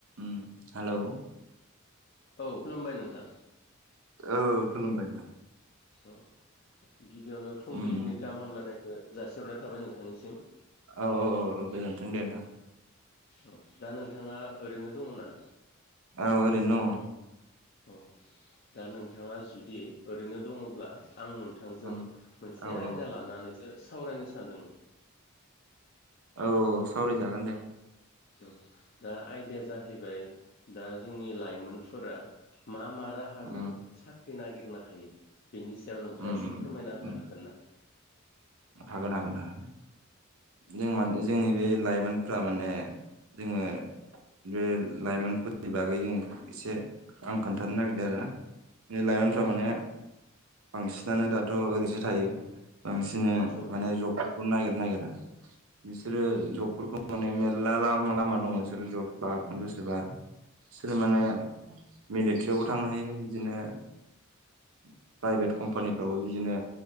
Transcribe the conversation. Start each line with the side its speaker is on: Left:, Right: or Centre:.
Right: ओम हेल'
Left: औ खुलुमबाय नोंथां
Right: औ खुलुमबाय नोंथां
Left: अ गिबियावनो फुंबिलिनि
Right: उम उम
Left: गाहाम हामलायनायखौ जासिहरनाय थाबाय नोंथांनिसिम
Right: औ औ औ गोजोन्थों दे नोंथां
Left: औ दा नोंथाङा ओरैनो दङ ना
Right: औ ओरैनो दङ
Left: ओम दा नोंथाङा जुदि ओरैनो दङब्ला आं नोंथांजों
Right: दङ
Left: मोनसे
Right: औ
Left: आयदा
Right: औ
Left: लानानैसो सावरायनो सानदोंमोन
Right: औ सावरायजागोन दे
Left: औ दा आयदाया जाहैबाय दा जोंनि लाइमोनफोरा मा मा राहाजों
Right: उम
Left: साख्रि नागिरनो हायो बेनि सायाव नोंथाङा
Right: उम
Left: एसे
Right: उम
Left: फोरमायना होनो
Right: उम
Left: हागोन ना
Right: हागोन हागोन हागोन जों मान जोंनि बे लाइमोनफ्रा माने जोङो बे लाइमोनफोर बे बागै जों एसे आं खोन्थानो नागिरदों आरो लाइमोनफ्रा
Left: औ
Right: माने बांसिनानो दाथ' ओरैसो थायो बांसिन बिदिनो
Left: औ
Right: माने जबफोरखौ नायगिरनो नागिरा बिसोरो जबफोरखौ माने मेरला लामा लामा दङ बिसोरो जब लाहरनो गोसोबा आरो सोर माने मिलिटारियावबो थांनो हायो बिदिनो प्राइभेट कम्पानिफ्रावबो बिदिनो